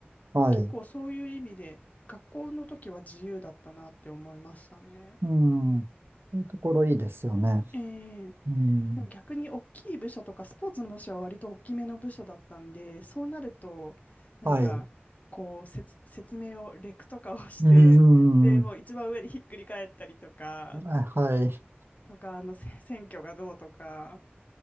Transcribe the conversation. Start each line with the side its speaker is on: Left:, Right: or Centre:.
Right: はい、
Left: 結構そういう意味で学校の時は自由だったなって思いましたね。
Right: うん、そういうところいいですよね。
Left: ええ
Right: うん、
Left: でも逆に大きい部署とかスポーツの部署は割と大きめの部署だったんでそうなるとなんかこうせつ説明をレクとかをしてでもう一番上でひっくり返ったりとか
Right: はい、うん、あはい、
Left: とかあのせ選挙がどうとか